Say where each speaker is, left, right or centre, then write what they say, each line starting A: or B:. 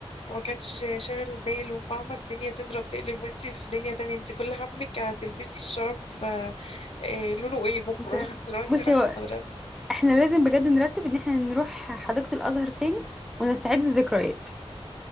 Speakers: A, on the left; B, in the centre.
A: وما كانش شاغل باله فاهمة الدنيا تضرب تقلب وانتي في دنيا تانية انتي كل همك هتلبسي الشراب آه، آه، لونه ايه بكرة
B: انت-
A: <laughs> لو انتي
B: بصي
A: رايحة
B: هو
A: المدرسة
B: احنا لازم بجد نرتب ان احنا نروح حديقة الازهر تاني ونستعيد الذكريات